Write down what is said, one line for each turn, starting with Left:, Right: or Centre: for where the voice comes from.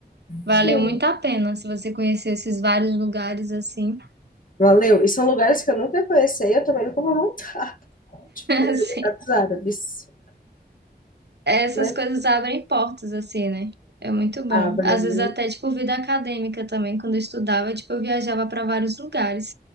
Right: Valeu
Left: Sim.
Right: muito a pena se você conhecer esses vários lugares assim. <laughs>
Left: Valeu. E são lugares que eu nunca conheci e eu também nunca vou voltar. Tipo,
Right: Assim,
Left: Emirados Árabes.
Right: Essas
Left: Mas
Right: coisas abrem portas assim, né? É muito bom.
Left: abrem,
Right: Às vezes até tipo vida acadêmica também, quando eu estudava, tipo eu viajava para vários lugares,